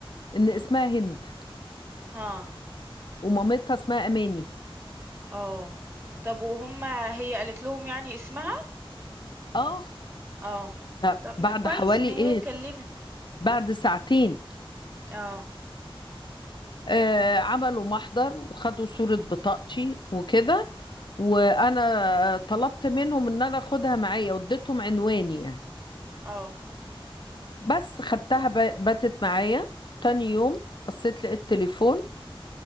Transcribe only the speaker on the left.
ان اسمها هند
ومامتها اسمها اماني
اه
ده
بعد
حوالي
ايه
بعد ساعتين
آه، عملوا محضر وخدوا صورة بطاقتي وكده وانا طلبت منهم ان انا اخدها معايا واديتهم عنواني يعني
بس خدتها ب- باتت معايا تاني يوم بصيت لقيت تليفون